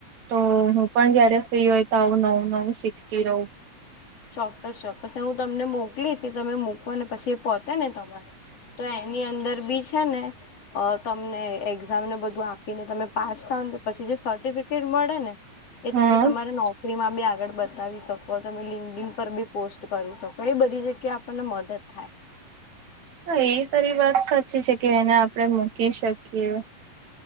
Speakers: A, on the right (about 55°); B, on the left (about 45°).
A: તો હું પણ જયારે ફ્રી હોય તો આવું નવું નવું શીખતી રહઉું
B: ચોક્કસ ચોક્કસ હું તમને મોકલીશ તમે મૂકવા ને પછી એ પોહોતે ને તમારે તો એની અંદર બી છેને અ તમને એક્ઝામને બધું આપીને તમે પાસ થાવ ને તો પછી જે સર્ટિફિકેટ મળે ને એ
A: હા
B: તમે તમારા નોકરી માં બી આગળ બતાવી શકો તમે લિ પર બી પોસ્ટ કરી શકો એ બધી જગ્યા આપણને મદદ થાય.
A: હા એ તારી વાત સાચી છે કે એને આપડણે મૂકી શકીએ